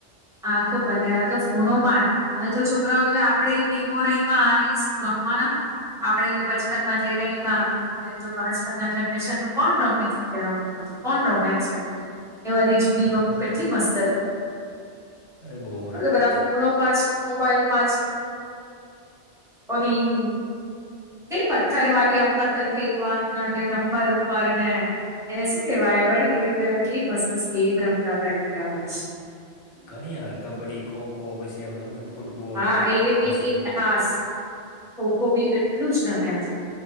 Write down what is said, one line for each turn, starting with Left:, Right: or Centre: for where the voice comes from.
Centre: હા ખુબ બનાયો તો ફોનોમા હવે તો છોકરાઓ જે આપણેે ગેમો રઈમાં શું રમવાનાં? આપણેે જે બચપનમાં જે રયમા હવે તો આજકાલના જનરેશનનું કોણ રમે? કોણ રમે છે? એ બધી જૂની
Left: હા
Centre: ગેમો કેટલી મસ્ત હતી.
Left: અરે બોવ.
Centre: અવે તો બધા ફોનોમાં જ મોબાઈલમાં જ બધી કઈ પથ્થરવાળી આમ પથ્થર ફેંકવાનું અને નંબર ઉપર ને એને શું કેવાય વળી બધી કેવી મસ્ત મસ્ત ગેમ રમતા તા એકદમ જ.
Left: ઘણી આવે કબડ્ડી, ખોખો પછી આપડે હું કે ફૂટબોલ
Centre: હા એ
Left: પસી
Centre: એ એ હા ખોખો બી એટલું જ રમ્યા છે.